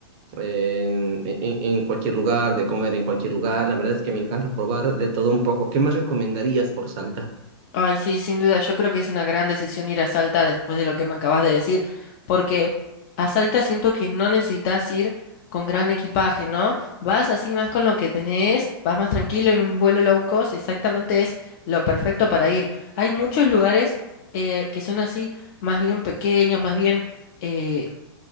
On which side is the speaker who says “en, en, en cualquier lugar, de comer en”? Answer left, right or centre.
Right